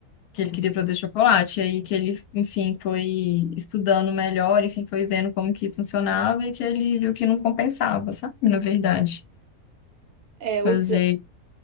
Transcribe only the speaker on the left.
Que ele queria produzir chocolate. E aí que ele, enfim, foi estudando melhor, enfim, foi vendo como que funcionava e que ele viu que não compensava, sabe? Na verdade.
Fazer